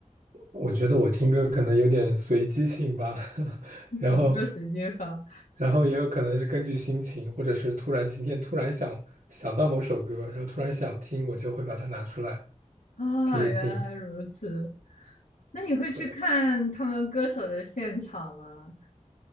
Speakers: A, on the right (about 70°); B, on the left (about 80°).
A: 我觉得我听歌可能有点随机性吧，<laughs> 然后，
B: 怎么个随机法
A: 然后也有可能是根据心情，或者是突然今天突然想想到某首歌，然后突然想听，我就会把它拿出来
B: 啊？
A: 听一听。
B: 原来如此。那你会去看他们歌手的现场吗？
A: 对。